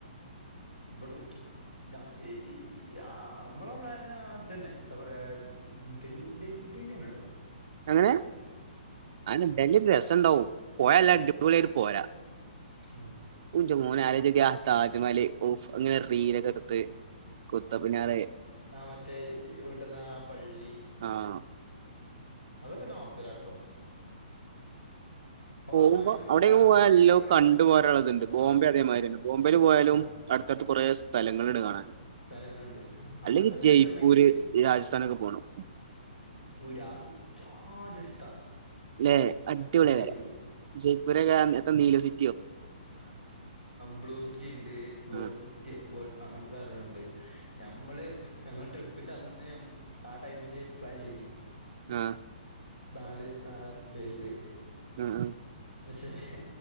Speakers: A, on the left; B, on the right.
A: ബട് ഞ ഇ അ അമ്മളെ പ്ലാന് അതന്നെ ത്തപറയാ ഡിൽ ഡിൽ ടിൽനെങ്ങനെ ണ്ടാവും
B: അങ്ങനെ അനെ ഡൽഹി യന്ത് രസണ്ടാവും പോയല്ല ടിപൊളിയായിട്ട് പോര
A: ഉം
B: ഊൻ്റെമോനെ ആലോചോക്യാ താജ്മഹല് ഓഫ് ഇങ്ങനെ റീലൊക്കെട്ത്ത് കുത്തബ്‌മിനാറ്
A: ആ മറ്റേ വിട്ടന്നാ ആ പള്ളി
B: ആഹ്
A: അതൊക്കെ നോർത്തിലാട്ടോ
B: പോവുമ്പം
A: അങ്ങനത്തെ
B: അവിടേക്ക് പോയ
A: ആ ഒരു
B: എല്ലോം
A: ഫീൽ കിട്ടണേ
B: കണ്ടു പോരാള്ളത്ണ്ട് ബോംബെ
A: ആ
B: അതേമായിര്യ ന്നെ ബോംബെല് പോയാലും
A: ആ
B: അടുത്തട്ത്ത് കുറേ സ്ഥലങ്ങള്ണ്ട് കാണാൻ
A: സ്ഥലങ്ങൾണ്ട് അങ്ങൻത്തെ
B: അല്ലെങ്കി
A: ഫീലിട്ടണെങ്കില്
B: ജയ്പൂര് രാജസ്ഥാനൊക്കെ പോണം
A: ഒരാൾ രാജസ്ഥാൻ
B: ല്ലെ അടിപൊളിയേക്കാരം
A: ജയ്പൂര്
B: ജയ്പൂരൊക്കെ <unintelligible> അനീലതി
A: ബ്ലൂ സിറ്റി ഉണ്ട് ഗോൾഡൻ
B: ആഹ്
A: സിറ്റിയോ ഗോൾഡനോ അങ്ങനത്തെ സ്ഥലങ്ങളുണ്ട് നമ്മള് ഞങ്ങള്ൾ ട്രിപ്പിന്റെ അന്ന് ആ ടൈമില് പ്ലാൻ ചെയ്ത
B: ആഹ
A: നാല് ആറ് പേര്
B: ആഹ്
A: ഹെ ഹെ